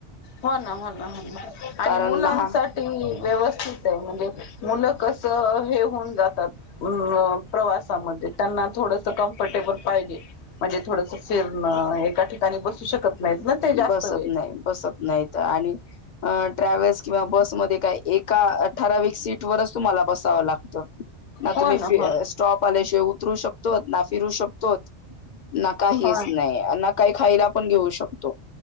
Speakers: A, on the left (about 70°); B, on the left (about 50°).
A: हो ना हो ना हो आणि
B: कारण
A: मुलांसाठी
B: लहान
A: व्यवस्थित आहे म्हणजे मूल कस हे होऊन जातात मं प्रवासामध्ये त्यांना थोडस क टेबल पाहिजे, म्हणजे थोडसं फिरण एका ठिकाणी बसू शकत नाहीत ना ते जास्त
B: बसत
A: वेळ
B: नाही, बसत नाही, त आणि अ ट्रॅव्हल्स किंवा बसमध्ये काही, एका ठरावीक सीट वरच तुम्हाला बसावं लागतं. ना
A: हो
B: तुम्ही
A: हो
B: स्टॉप आल्याशिवाय उतरू शकतो ना फिरू शकतोत ना काहीच
A: हो
B: नाही ना काही खायला पण घेऊ शकतो.